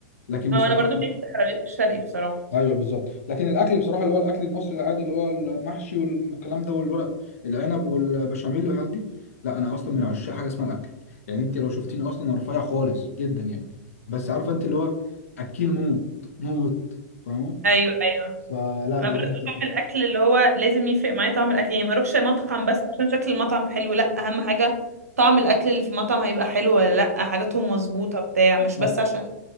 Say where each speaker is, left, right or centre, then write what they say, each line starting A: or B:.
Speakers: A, on the left; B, on the right.
A: لكن
B: اه
A: بصراحة
B: انا برضو ليك في الحلويات الشرقي بصراحة
A: ايوه بالظبط لكن الاكل بصراحه اللي هو الاكل المصري العادي اللي هو المحشي والكلام ده والورق العنب والبشاميل والحاجات دي لا انا اصلا من عشاق حاجه اسمها الاكل يعني انت لو شفتيني اصلا انا رفيع خالص جدا يعني بس عارفه انت اللي هو اكيل موت موت فاهمه
B: ايوه ايوه
A: فلا
B: انا
A: بجد
B: برضه بعمل الاكل اللي هو لازم يفرق معايا طعم الاكل يعني ما اروحش مطعم بس عشان شكل المطعم حلو لا اهم حاجه طعم الاكل اللي في المطعم هيبقى حلو ولا لا حاجاتهم مظبوطه بتاع مش
A: بالظبط
B: بس عشان